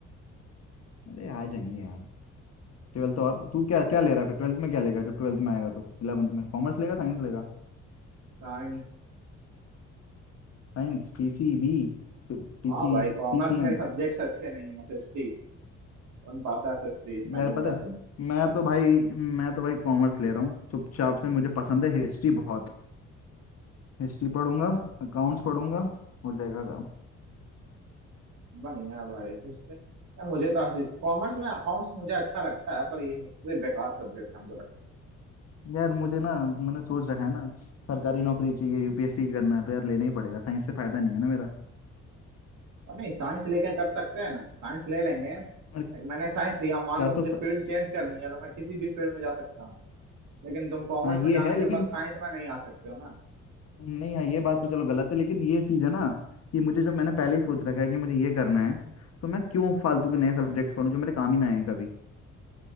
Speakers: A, on the left (about 55°); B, on the right (about 80°).
A: अरे आ जाएंगे यार ट्वेल्थ और तू क्या क्या ले रहा है फिर ट्वेल्थ में क्या लेगा जब ट्वेल्थ में आएगा तो इलेवंथ में कॉमर्स लेगा साइंस लेगा
B: साइंस
A: Science पीसी बी पीसी
B: हाँ भाई कॉमर्स
A: पीसीएम
B: में सब्जेक्ट्स अच्छे नहीं है एस एस टी कौन पाता एस एस टी इतना
A: यार
B: गंदा
A: पता है मैं तो भाई मैं तो भाई कॉमर्स ले रहा हूँ चुपचाप से मुझे पसंद है हिस्ट्री बहुत हिस्ट्री पढ़ूंगा अकाउंट्स पढ़ूंगा हो जाएगा काम
B: बढ़िया भाई हिस्ट्री या मुझे तो कॉमर्स में अकाउंट्स मुझे अच्छा लगता है पर ये हिस्ट्री बेकार सब्जेक्ट हमको लगता
A: यार मुझे ना मैंने सोच रखा है ना सरकारी नौकरी चाहिए यूपीएससी करना है तो यार लेना ही पड़ेगा साइंस से फायदा नहीं है ना मेरा
B: है नहीं साइंस लेके कर सकते हैं ना साइंस ले लेंगे
A: और
B: एक मैंने साइंस लिया मान
A: कर
B: लो
A: तो
B: मुझे
A: स...
B: फील्ड चेंज करनी है तो मैं किसी भी फील्ड में जा सकता हूँ लेकिन तुम कॉमर्स
A: हाँ ये
B: में जाने
A: है लेकिन
B: के बाद साइंस में नहीं आ सकते हो ना
A: नहीं हाँ ये बात तो चलो गलत है लेकिन ये चीज़ है ना कि मुझे जब मैंने पहले ही सोच रखा है कि मुझे ये करना है तो मैं क्यों फालतू के नए सब्जेक्ट्स पढूं जो मेरे काम ही ना आए कभी